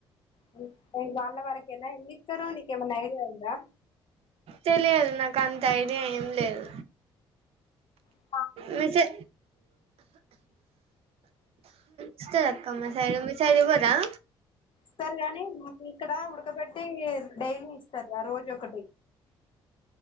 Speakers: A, on the left; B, on the right.
A: అవు మీకు గాండ్ల వాడికి ఎన్ని మి ఇస్తారు నీకేమన్నా ఐడియా ఉందా <inaudible>
B: తెలియదు నాక్ అంత ఐడియా ఏం లేదు
A: అ
B: మేసే ఇస్తారు అక్క మా సైడ్ మీ సైడ ఇవ్వ ఆ
A: ఇస్తారు గాని ఇక్కడ ఉడకబె అతే డైలీ ఇస్తారు ఆ రోజు ఒకటి